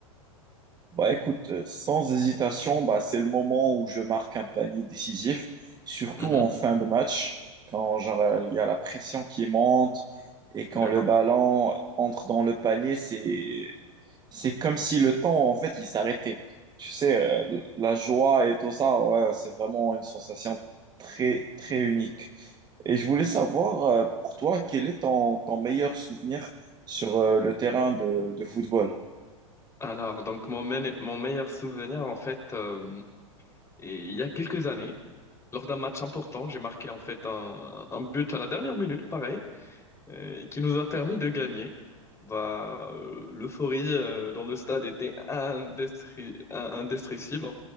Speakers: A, on the right (about 25°); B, on the left (about 15°).
A: Bah écoute, euh, sans hésitation, bah, c'est le moment où je marque un panier décisif, surtout
B: Mhm.
A: en fin de match, quand genre, euh, il y a la pression qui monte et quand
B: D'accord.
A: le ballon entre dans le panier, c'est, C'est comme si le temps, en fait, il s'arrêtait. Tu sais, euh, la joie et tout ça, ouais, c'est vraiment une sensation très, très unique. Et je voulais savoir, euh, pour toi, quel est ton, ton meilleur souvenir sur
B: <laughs>
A: euh, le terrain de, de football?
B: Alors, donc mon, mene- mon meilleur souvenir, en fait, euh, et il y a quelques années, lors d'un match important, j'ai marqué en fait un, un but à la dernière minute, pareil, euh, qui nous a permis de gagner. Bah, euh, l'euphorie euh, dans le stade était indestri- in- indescriptible.